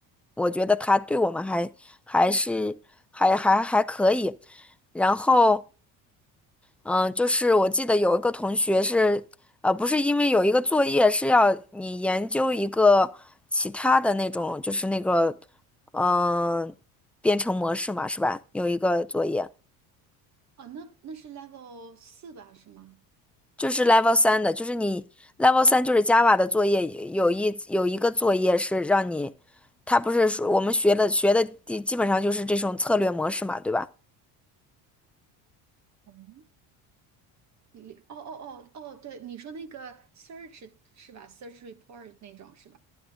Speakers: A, in the centre; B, on the right.
A: 我觉得他对我们还还是还还还可以，然后。嗯，呃就是我记得有一个同学是，呃，不是因为有一个作业是要你研究一个其他的那种，就是那个，嗯、编程模式嘛，是吧？有一个作业
B: 哦，那那是 level 四吧？是吗？
A: 就是 Level 三的，就是你 Level 三就是 Java 的作业，有一有一个作业是让你，他不是说我们学的学的基基本上就是这种策略模式嘛，对吧？
B: 嗯，你哦哦哦哦，对，你说那个 search 是吧？search report 那种是吧？